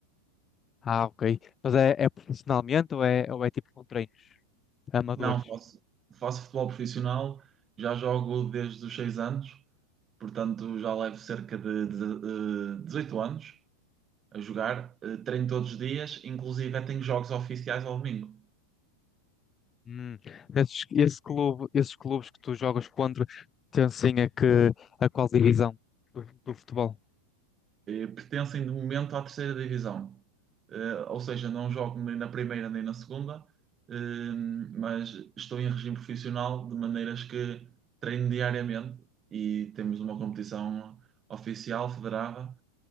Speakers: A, on the left; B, on the right.
A: Ah, ok. Mas é, é profissionalmente ou é, ou é tipo com treinos amadores?
B: Não, faço, faço futebol profissional, já jogo desde os 6 anos, portanto já levo cerca de, de, eh, 18 anos a jogar, eh, treino todos os dias, inclusive eh, tenho jogos oficiais ao domingo.
A: Hum. Esses, esse clube, esses clubes que tu jogas contra pertencem a que, a qual divisão do, do futebol?
B: eh, pertencem de momento à terceira divisão. Eh, ou seja, não jogo nem na primeira nem na segunda, eh, mas estou em regime profissional de maneiras que treino diariamente e temos uma competição oficial, federada,